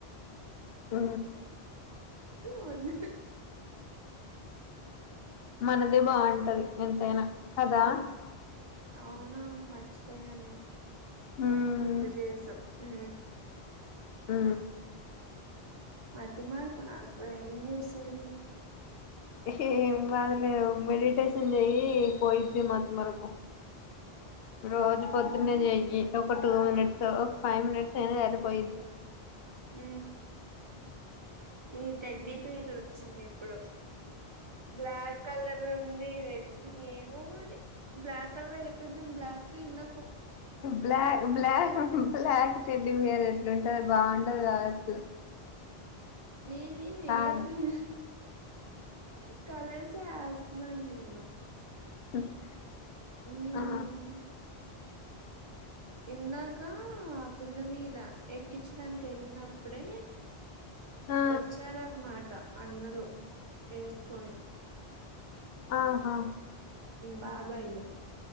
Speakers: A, on the left; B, on the right.
A: ఆ
B: వన్న
A: మనదే బాగుంటది ఎంతైనా కదా
B: ఆ! అవునవును మర్చిపోయా నినే
A: మ్మ్
B: గుర్తు చేసావ్ అ
A: హు
B: మతి మరుపు నాకు ఎం చెస్ సేది
A: ఎం కాదులే మెడిటేషన్ చెయయిి పోయిది మ మరపు రోజు పొద్దున్నే
B: హ్మ్.
A: చెయ్యి ఒక టూ మినిట్స్ ఒక ఫైవ్ మినిట్స్ అయినా సరిపోయిద్ది
B: హ ఈ తగ్గి పేది వచ్చింది ఇప్పుడు బ్లాక్ కలర్ ఉంది రెడ్ ఏమో మరి బ్లాక్ కలప్ప బ్లక్ ఇన్న
A: బ్లక్ బ్లక్ బ్లాక్ టెడ్డిబియర్ ఎట్లుంటది బాగుండది కావచ్చు
B: నీ నేమ్ చేయట్లే
A: కాదా
B: కాలసస్ నన్నేను
A: అ
B: హ్మ్.
A: ఆ
B: ఇందాక ఆ పిల్లని మీద ఎక్కించడాానికి వెళ్ళినప్పుడే
A: ఆ
B: వచ్చారన్నమాట అన్నలు వేసుకొని
A: ఆహా
B: బాబాయ్ లు